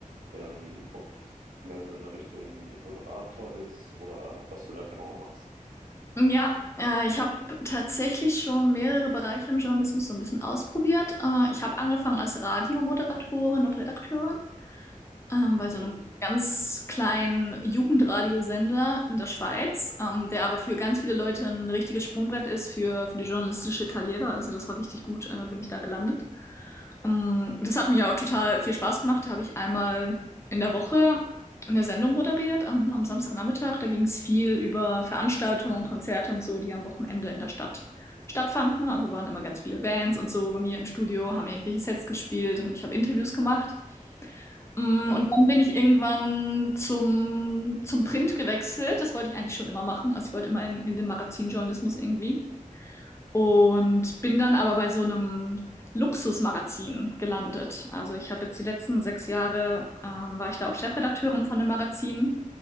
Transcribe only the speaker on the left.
Ja, äh, ich habe tatsächlich schon mehrere Bereiche im Journalismus so ein bisschen ausprobiert. Äh, ich habe angefangen als Radiomoderatorin und Redakteurin ähm, bei so
einem ganz kleinen Jugendradiosender in der Schweiz, ähm, der aber für ganz viele Leute ein richtiges Sprungbrett ist für, für die journalistische Karriere. Also das war richtig gut, äh, bin ich da gelandet. Ähm, Das hat mir auch total viel Spaß gemacht. Da habe ich einmal in der Woche eine Sendung moderiert am, am Samstagnachmittag. Da ging es viel über Veranstaltungen, Konzerte und so, die am Wochenende in der Stadt stattfanden. Also da waren immer ganz viele Bands und so bei mir im Studio, haben irgendwelche Sets gespielt und ich habe Interviews gemacht. Mm,
Und dann bin ich irgendwann zum, zum Print gewechselt. Das wollte ich eigentlich schon immer machen. Also ich wollte immer in, in den Magazinjournalismus irgendwie und bin dann aber bei so einem Luxusmagazin gelandet. Also ich habe jetzt die letzten sechs Jahre, ähm, war ich da auch Chefredakteurin von einem Magazin